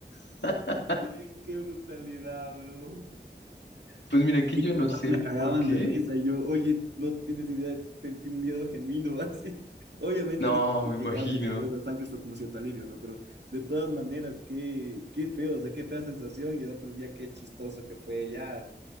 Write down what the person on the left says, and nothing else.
<laughs>
Pues mira que
yo
no sé
por qué.
No,
me imagino.